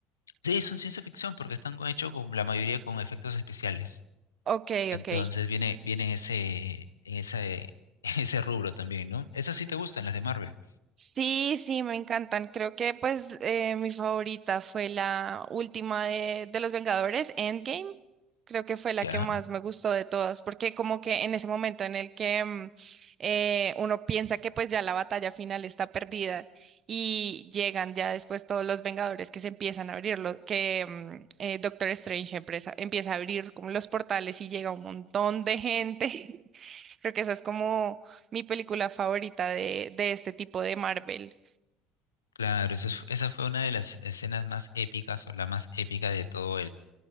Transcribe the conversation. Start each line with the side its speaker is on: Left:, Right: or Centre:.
Left: sí, son ciencia ficción porque están con- hechos con la mayoría con efectos especiales.
Right: Ok,
Left: Entonces
Right: ok.
Left: viene, viene en ese, en ese, <laughs> en ese rubro también, ¿no? Esas sí te gustan, las de Marvel.
Right: Sí, sí, me encantan. Creo que pues eh, mi favorita fue la última de, de Los Vengadores, Endgame. Creo que fue la
Left: Ya,
Right: que más me gustó de todas, porque como que en ese momento en el que mm, eh, uno piensa que pues ya la batalla final está perdida y llegan ya después todos los Vengadores que se empiezan a abrir, lo- que mm, eh, Doctor Strange empieza, empieza a abrir como los portales y llega un montón de gente. <laughs> Creo que eso es como mi película favorita de, de este tipo de Marvel.
Left: claro, eso es- esa fue una de las escenas más épicas o la más épica de todo